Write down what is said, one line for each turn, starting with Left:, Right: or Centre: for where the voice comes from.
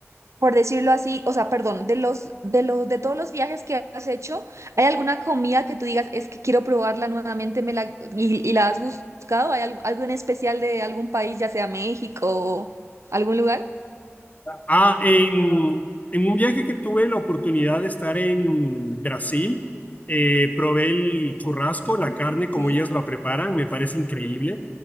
Right: por decirlo así, o sea, perdón, de los, de los, de todos los viajes que has hecho, ¿hay alguna comida que tú digas, es que quiero probarla nuevamente, me la, y, y la has buscado? ¿Hay algo, algo en especial de algún país, ya sea México o algún lugar?
Left: ah, en, en un viaje que tuve la oportunidad de estar en Brasil, eh, probé el churrasco, la carne, como
Right: Sí.
Left: ellas la preparan, me parece increíble.